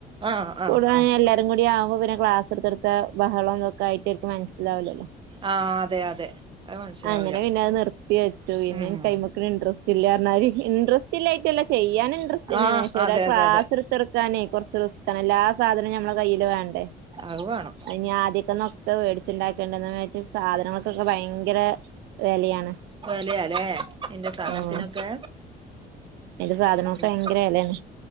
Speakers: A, on the right; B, on the right.
A: ആഹ് ആഹ്
B: കൂടാണെ
A: ആഹ്
B: എല്ലാരും കൂടിയാവുമ്പം പിന്നെ ക്ലാസ് സെട്ത്തെട്ത്ത് ബഹളം ഇതൊക്കായിട്ട് ഓൽക്ക് മനസ്സിലാവൂല്ലല്ലോ.
A: ആഹ് അതെ അതെ അത് മനസ്സിലാവൂല
B: അങ്ങനെ പിന്നെ അത് നിർത്തി വെച്ചു പിന്നെഇന്ക്
A: ഉം
B: കൈമ ഇൻട്രാസ്റ്റ് ഇല്ലറഞ്ഞാൽ ഇൻട്രാസ്റ്റ് ഇല്ലായിറ്റല്ല ചെയ്യാനൻ ഇൻട്രസ്റ്റ്
A: ആഹ്
B: പക്ഷേ
A: അതെ
B: ഒരാൾ ക്ലാസ്
A: അതെ അതെ
B: എടുക്കാനേ കുറച്ച് റിസ്ക്കണ് എല്ലാ സാധനവും നഞമ്മുടെ കയ്യിൽ വേണം.
A: അത് വേണം
B: അയിഞി ആദ്യക്കന്ന ഒക്കെ മേടിച്ചുണ്ടാക്കണ്ടന്ന്ണ്ട് മറ്റേ സാധനങ്ങൾക്കൊക്കെ ഭയങ്കര വെലയാണ്.
A: വെല ല്ലേ ഇതിന്റെ സാധനത്തിനൊക്കെ?
B: ഉം അയിന്റെ സാധനങ്ങൾക്കൊക്കെ
A: ഉം
B: ഭയങ്കര വിലയാണ്.